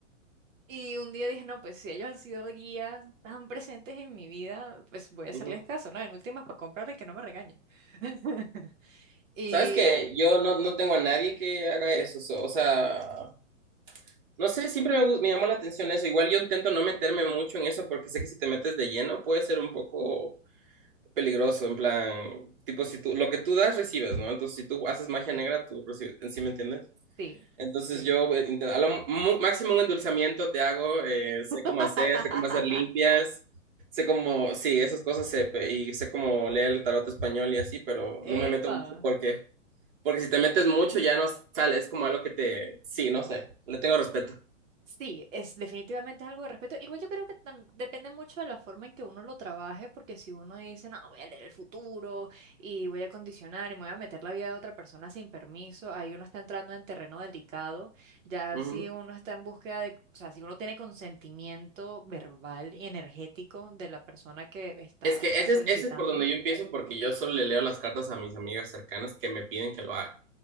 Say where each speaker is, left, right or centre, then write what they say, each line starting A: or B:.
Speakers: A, on the right; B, on the right.
A: y un día dije, no, pues si ellos han sido guías tan presentes en mi vida, pues voy a hacerles
B: Ujú.
A: caso, ¿no? En últimas, para comprarle y que no me regañen. <laughs> Y
B: ¿Sabes que Yo no, no tengo a nadie que haga eso, so- o sea, no sé, siempre me, gu- me llamó la atención eso, igual yo intento no meterme mucho en eso porque sé que si te metes de lleno puede ser un poco peligroso, en plan, tipo, si tú, lo que tú das, recibes, ¿no? Entonces, si tú haces magia
A: sí,
B: negra, tú recibes, ¿sí me entiendes?
A: sí,
B: Entonces,
A: sí.
B: yo, eh, inten- a lo mu- máximo un endulzamiento te hago, eh, sé
A: <laughs>
B: cómo hacer, sé cómo hacer limpias, sé cómo, sí, esas cosas, sé, pe- y sé cómo leer el tarot español y así, pero
A: ¡Epa!
B: no me meto mucho porque, porque si te metes mucho ya no sale, es como algo que te, sí, no sé, le tengo respeto.
A: Sí, es definitivamente es algo de respeto. Igual yo creo que tam- depende mucho de la forma en que uno lo trabaje, porque si uno dice, no, voy a leer el futuro y voy a condicionar y me voy a meter la vida de otra persona sin permiso, ahí uno está entrando en terreno delicado. Ya
B: Ujú.
A: si uno está en búsqueda de, o sea, si uno tiene consentimiento verbal y energético de la persona que está
B: Es que ese
A: solicitando,
B: es, ese es por donde yo empiezo porque yo solo le leo las cartas a mis amigas cercanas que me piden que lo haga.